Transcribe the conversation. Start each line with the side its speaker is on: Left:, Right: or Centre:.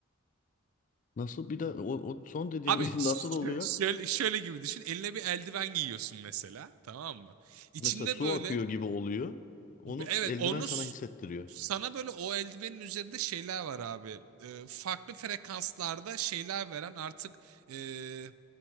Left: Nasıl bir de o, o son dediğiniz
Right: Abi şö-
Left: <laughs> nasıl oluyor?
Right: şöyle, şöyle gibi düşün. Eline bir eldiven giyiyorsun mesela. Tamam mı? İçinde
Left: Mesela su
Right: böyle
Left: akıyor gibi oluyor. Onu
Right: evet
Left: eldiven
Right: onu
Left: sana
Right: s-
Left: hissettiriyor.
Right: sana böyle o eldivenin üzerinde şeyler var abi. Ee, farklı frekanslarda şeyler veren artık ee,